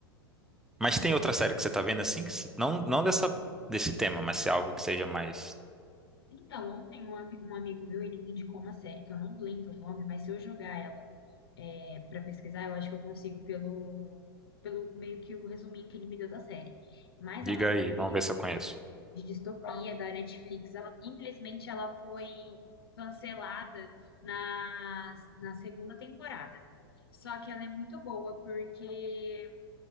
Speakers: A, in the centre; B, on the left.
A: Mas tem outra série que você tá vendo assim? Que se- não, não dessa, desse tema, mas se é algo que seja mais.
B: Então, ontem um, ami- um amigo meu, ele me indicou uma série que eu não lembro o nome, mas se eu jogar ela é, para pesquisar, eu acho que eu consigo pelo, pelo meio que o resuminho que ele me deu da série. Mas
A: Diga
B: é uma série.
A: aí, vamos ver se eu conheço.
B: de distopia da Netflix. Ela, infelizmente, ela foi cancelada na, na segunda temporada. Só que ela é muito boa porque